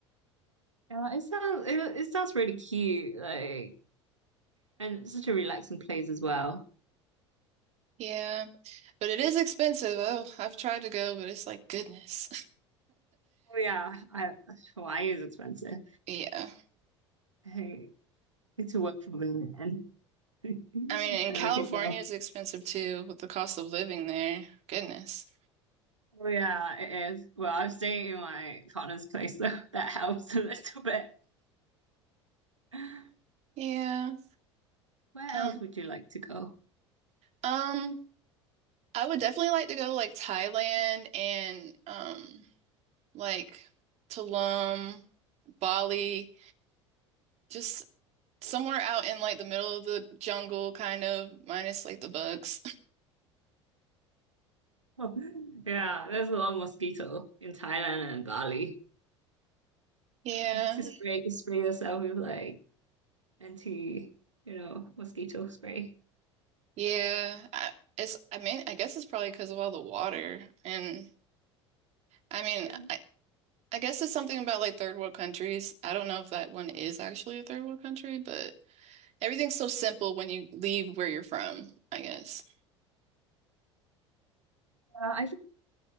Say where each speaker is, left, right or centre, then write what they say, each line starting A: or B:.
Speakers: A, on the right (about 85°); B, on the right (about 45°).
A: Yeah, it sounds it, it sounds really cute. Like And such a relaxing place as well.
B: Yeah, but it is expensive. Oh, I've tried to go, but it's like goodness. <laughs>
A: Oh yeah, I, Hawaii is expensive.
B: Yeah.
A: I need to work for it, and <laughs>
B: I mean, and
A: there
B: California
A: we can go.
B: is expensive too with the cost of living there. Goodness.
A: Oh yeah, it is. Well, I'm staying in my partner's place, so <laughs> that helps a little bit. Where
B: Yeah.
A: else
B: Um,
A: would you like to go?
B: um, I would definitely like to go to like Thailand and um like Tulum, Bali, just somewhere out in like the middle of the jungle, kind of, minus like the bugs. <laughs>
A: <laughs> yeah, there's a lot of mosquito in Thailand and Bali.
B: Yeah,
A: Uh, it's just spray, spray yourself with like anti, you know, mosquito spray.
B: yeah. I, it's, I mean, I guess it's probably because of all the water. And I mean,
A: Yeah,
B: I, I guess it's something about like third world countries. I don't know if that one is actually a third world country, but everything's so simple when you leave where you're from, I guess.
A: uh, I think